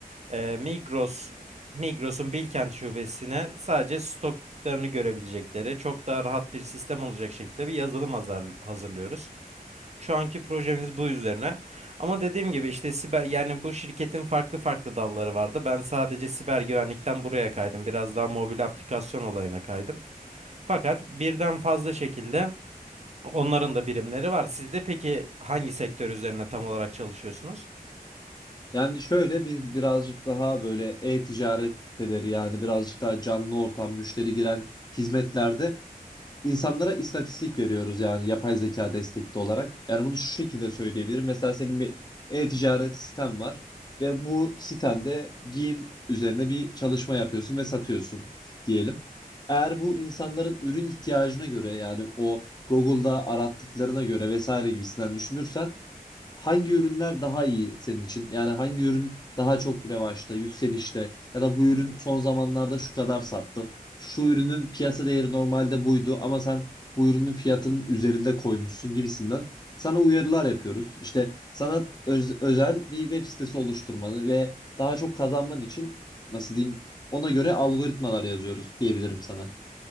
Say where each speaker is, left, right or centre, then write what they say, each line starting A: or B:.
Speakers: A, on the right; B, on the left.
A: Ee, Migros Migros'un Bilkent şubesine sadece stoklarını görebilecekleri çok daha rahat bir sistem olacak şekilde bir yazılım hazır, hazırlıyoruz. Şu anki projemiz bu üzerine. Ama dediğim gibi işte siber yani bu şirketin farklı farklı dalları vardı. Ben sadece siber güvenlikten buraya kaydım. Biraz daha mobil aplikasyon olayına kaydım. Fakat birden fazla şekilde onların da birimleri var. Siz de peki hangi sektör üzerine tam olarak çalışıyorsunuz?
B: Yani şöyle biz birazcık daha böyle e-ticaret siteleri yani birazcık daha canlı ortam müşteri giren hizmetlerde insanlara istatistik veriyoruz yani yapay zeka destekli olarak. Yani bunu şu şekilde söyleyebilirim. Mesela senin bir e-ticaret siten var ve bu sitende giyim üzerine bir çalışma yapıyorsun ve satıyorsun diyelim. Eğer bu insanların ürün ihtiyacına göre yani o Google'da arattıklarına göre vesaire gibisinden düşünürsen hangi ürünler daha iyi senin için? Yani hangi ürün daha çok revaçta, yükselişte ya da bu ürün son zamanlarda şu kadar sattı. Şu ürünün piyasa değeri normalde buydu ama sen bu ürünün fiyatının üzerinde koymuşsun gibisinden sana uyarılar yapıyoruz. İşte sana öz- özel bir web sitesi oluşturmanı ve daha çok kazanman için nasıl diyeyim ona göre algoritmalar yazıyoruz diyebilirim sana.